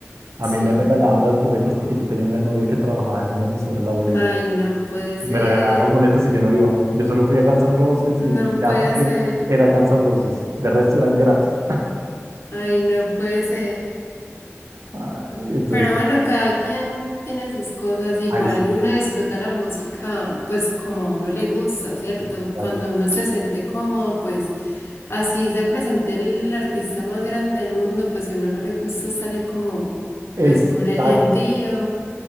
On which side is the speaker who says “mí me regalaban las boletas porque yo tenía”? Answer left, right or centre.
Right